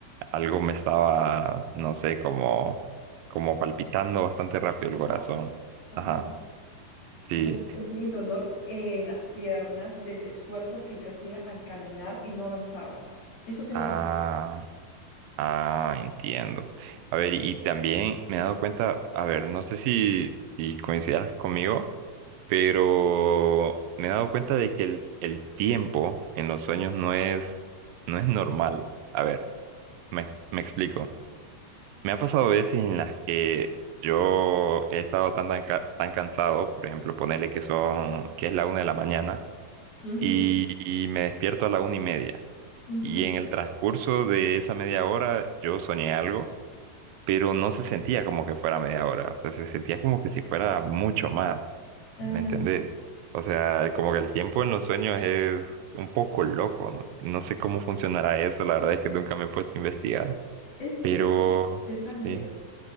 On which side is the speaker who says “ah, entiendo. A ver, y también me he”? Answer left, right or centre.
Right